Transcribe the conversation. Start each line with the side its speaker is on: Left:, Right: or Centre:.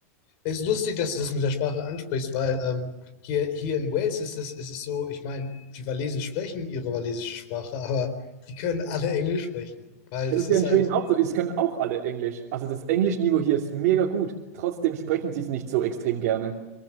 Left: ist lustig, dass du das mit der Sprache ansprichst, weil ähm, hier, hier in Wales ist das, ist es so, ich meine, die Walesen sprechen ihre walisische Sprache, aber die können alle Englisch sprechen, weil
Right: Wenn
Left: das
Right: es ja
Left: ist
Right: in
Left: halt.
Right: Schweden auch so ist, können auch alle Englisch. Also das Englischniveau hier ist mega gut. Trotzdem sprechen sie es nicht so extrem gerne.